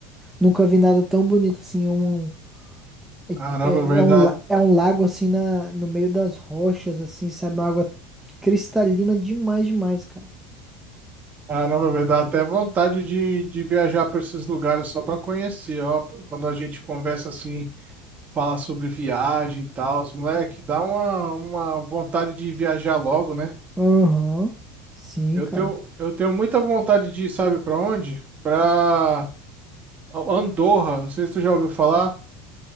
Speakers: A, in the centre; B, on the right.
A: nunca vi nada tão bonito, assim. Um, um, é,
B: Caramba,
A: é-
B: vai
A: é um,
B: dar.
A: la- é um lago, assim, na, no meio das rochas, assim, sabe? Uma água cristalina demais, demais, cara.
B: Caramba, me dá até vontade de, de viajar para esses lugares só para conhecer, ó. Quando a gente conversa assim, fala sobre viagem e tal, os moleque, dá uma, uma vontade de viajar logo, né?
A: Aham, sim,
B: Eu
A: cara.
B: tenho, eu tenho muita vontade de ir, sabe para onde? Para Andorra, não sei se tu já ouviu falar.